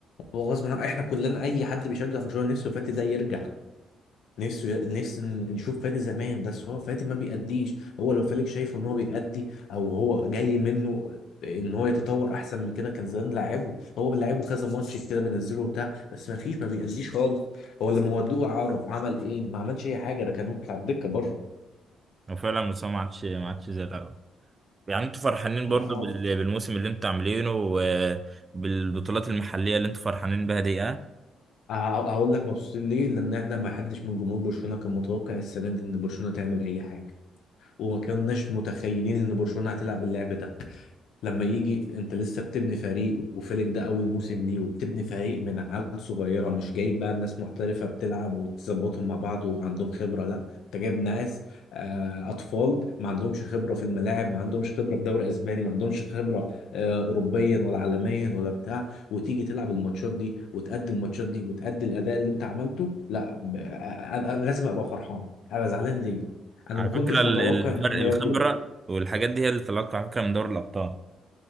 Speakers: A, on the left; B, on the right.
A: هو غصب عنه احنا كلنا اي حد بيشجع برشلونه نفسه فاتي ده يرجع نفسه نفسي نشوف فادي زمان بس هو فادي ما بيأديش هو لو فيليك شايفه ان هو بيأدي او هو جاي منه ان هو يتطور احسن من كده كان زمان لاعبه هو لاعبه كذا ماتش كده بينزله بتاع بس ما فيش ما بيأديش خالص هو اللي مودوه اعاره عمل ايه ما عملش اي حاجه ركنوه على الدكه بره
B: هو فعلا مستواه ما عادش ما عادش زي الاول يعني انتوا فرحانين
A: اه
B: برضو بال- بالموسم اللي انتوا عاملينه وبالبطولات المحلية اللي انتوا فرحانين بها دي اه
A: ه- هقول لك مبسوطين ليه لان احنا ما حدش من جمهور برشلونه كان متوقع السنه دي ان برشلونه تعمل اي حاجه وما كناش متخيلين ان برشلونه هتلعب اللعب ده لما يجي انت لسه بتبني فريق وفيلك ده اول موسم ليه وبتبني فريق من عيال صغيره مش جايب بقى ناس محترفه بتلعب وتظبطهم مع بعض وعندهم خبره لا انت جايب ناس آه، اطفال ما عندهمش خبره في الملاعب ما عندهمش خبره في دوري اسباني ما عندهمش خبره آه، اوروبيا ولا عالميا ولا بتاع وتيجي تلعب الماتشات دي وتأدي الماتشات دي وتأدي الاداء اللي انت عملته لا ب- انا أنا لازم ابقى فرحان انا زعلان ليه انا
B: على
A: ما كنتش
B: فكرة ال-
A: متوقع
B: الفرق
A: ان هم
B: الخبرة
A: ياخدوا
B: والحاجات دي هي اللي طلعت على فكرة من دوري الأبطال